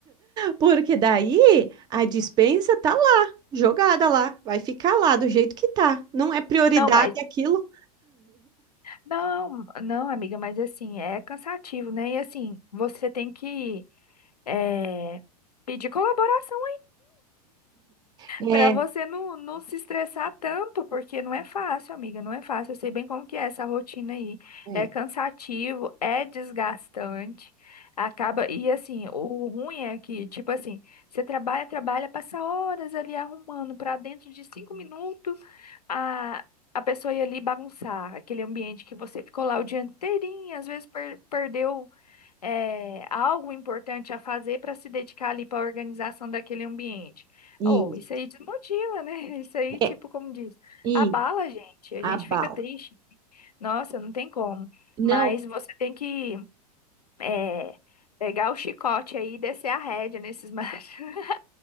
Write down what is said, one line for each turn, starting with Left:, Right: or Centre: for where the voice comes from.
Right: porque daí a dispensa tá lá, jogada lá, vai ficar lá do jeito que tá. Não é prioridade
Left: Não, mas
Right: aquilo,
Left: não, não, amiga, mas assim, é cansativo, né? E assim, você tem que é, pedir colaboração
Right: É,
Left: para você não, não se estressar tanto, porque não é fácil, amiga, não é fácil. Eu sei bem como que é essa rotina aí.
Right: É.
Left: É cansativo, é desgastante. Acaba, e assim, o ruim é que, tipo assim, você trabalha, trabalha, passa horas ali arrumando para dentro de cinco minutos a, a pessoa ir ali bagunçar aquele ambiente que você ficou lá o dia inteirinho, às vezes per- perdeu é, algo importante a fazer para se dedicar ali para a organização daquele ambiente.
Right: isso,
Left: Oh, isso aí desmotiva, né? <laughs> Isso aí, tipo,
Right: é,
Left: como diz,
Right: isso,
Left: abala a gente, a
Right: abalo.
Left: gente fica triste. Nossa, não tem como.
Right: Não,
Left: Mas você tem que é, pegar o chicote aí e descer a rédea nesses machos, <laughs>